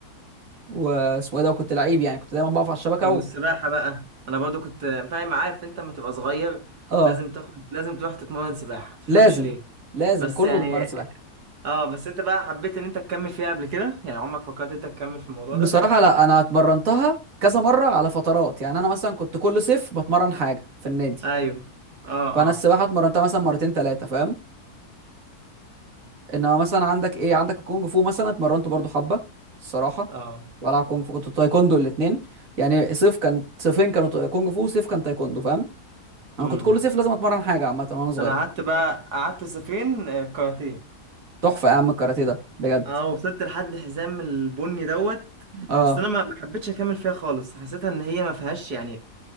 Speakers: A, on the right; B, on the right.
A: واسمه ايه ده وكنت لعيب يعني كنت دايما بقف على الشبكه
B: طب
A: و...
B: والسباحة بقى انا برضو كنت فاهم عارف انت لما تبقى صغير
A: اه
B: لازم تاخد لازم تروح تتمرن سباحة ما تفهمش
A: لازم
B: ليه
A: لازم
B: بس
A: كله
B: يعني
A: بيتمرن سباحه
B: اه بس انت بقى حبيت ان انت تكمل فيها قبل كده يعني عمرك فكرت انت تكمل في الموضوع
A: بصراحه
B: ده
A: لا انا اتمرنتها كذا مره على فترات يعني انا مثلا كنت كل صيف بتمرن حاجه في النادي
B: ايوه اه
A: فانا السباحه
B: اه
A: اتمرنتها مثلا مرتين ثلاثه فاهم انما مثلا عندك ايه عندك الكونج فو مثلا اتمرنت برضو حبه الصراحه
B: اه
A: والعب كونج فو كنت تايكوندو الاثنين يعني صيف كان صيفين كانوا تا- كونج فو وصيف كان تايكوندو فاهم انا
B: مم.
A: كنت كل صيف لازم اتمرن حاجه عامه وانا صغير
B: ده انا قعدت بقى قعدت صيفين آه، كاراتيه
A: تحفه يا عم الكاراتيه ده بجد
B: اه وصلت لحد حزام البني دوت
A: اه
B: بس انا ما ما حبيتش اكمل فيها خالص حسيتها ان هي ما فيهاش يعني